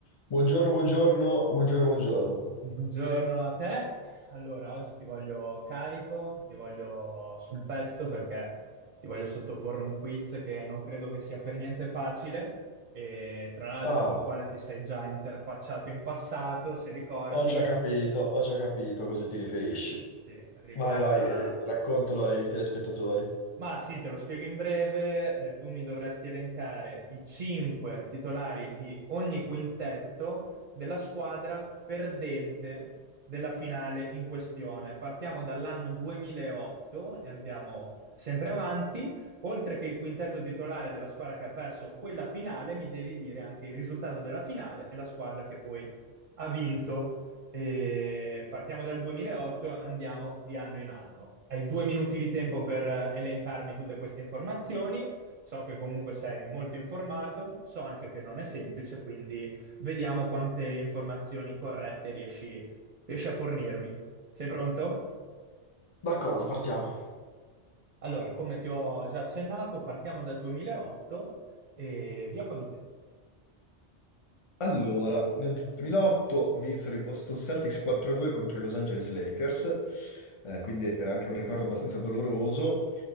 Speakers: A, on the left; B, on the right.
A: Buongiorno, buongiorno, buongiorno, buongiorno.
B: Buongiorno a te. Allora, oggi ti voglio carico, ti voglio sul pezzo perché ti voglio sottoporre un quiz che non credo che sia per niente facile e tra l'altro
A: Ah,
B: col quale ti sei già interfacciato in passato, se ricordi,
A: ho già capito, ho già capito a cosa ti riferisci.
B: sì, riguarda
A: Vai, vai, ri- raccontalo ai telespettatori.
B: Ma sì, te lo spiego in breve. eh, tu mi dovresti elencare i cinque titolari di ogni quintetto della squadra perdente della finale in questione. Partiamo dall'anno 2008 e andiamo sempre avanti. Oltre che il quintetto titolare della squadra che ha perso quella finale, mi devi dire anche il risultato della finale e la squadra che poi ha vinto. E partiamo dal 2008, andiamo di anno in anno. Hai due minuti di tempo per eh, elencarmi tutte queste informazioni. So che comunque sei molto informato, so anche che non è semplice, quindi vediamo quante informazioni corrette riesci, riesci a fornirmi. Sei pronto?
A: D'accordo, partiamo.
B: Allora, come ti ho già accennato, partiamo dal 2008 e via con il tempo.
A: Allora, nel 2008 vinsero i Boston Celtics 4-2 contro i Los Angeles Lakers, eh, quindi è anche un ricordo abbastanza doloroso,